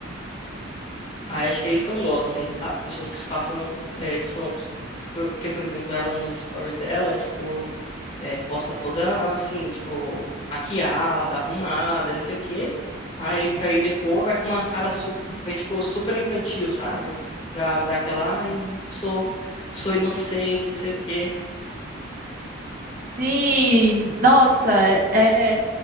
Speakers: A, on the left (about 25°); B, on the right (about 45°).
A: Ah, acho que é isso que eu não gosto, assim, sabe? Pessoas que se façam é, de sons. Que por- Porque, por exemplo, ela nos stories dela, tipo, é, posta toda assim, tipo, maquiada, arrumada, não sei o quê. Aí pra ir depois vai com uma cara, su vai, tipo, super infantil, sabe? Pra dar aquela, ai, sou, sou inocente, não sei o quê.
B: sim, nossa, é,